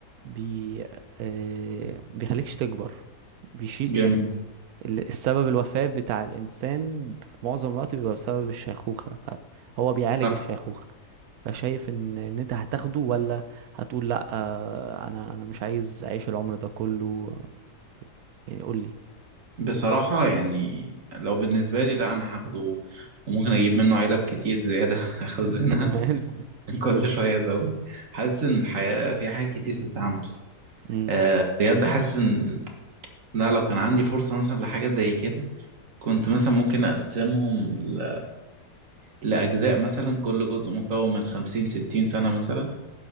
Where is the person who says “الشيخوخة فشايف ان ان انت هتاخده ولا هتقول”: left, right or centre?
Right